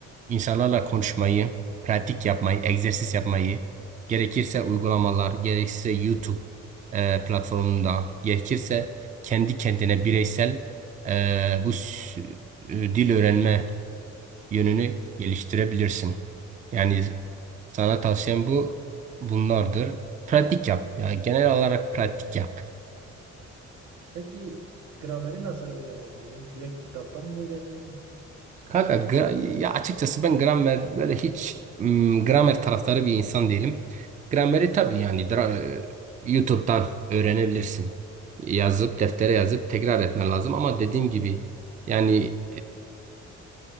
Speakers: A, on the right; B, on the right.
A: Hmm.
B: İnsanlarla konuşmayı, pratik yapmayı, egzersiz yapmayı, gerekirse uygulamalar, gerekirse YouTube e, platformunda, gerekirse kendi kendine bireysel e, bu s- e, dil öğrenme yönünü
A: Hmm.
B: geliştirebilirsin. Yani sana tavsiyem bu bunlardır. Pratik yap. Ya genel olarak pratik yap.
A: Peki grameri nasıl öğrenebilirim? Direkt kitaptan mı öğreneyim?
B: Kanka gra- ya açıkçası ben gramer böyle hiç mm, gramer taraftarı bir insan değilim. Grameri tabii
A: Hı,
B: yani dra- YouTube'dan öğrenebilirsin. Yazıp deftere yazıp tekrar etmen lazım ama dediğim gibi yani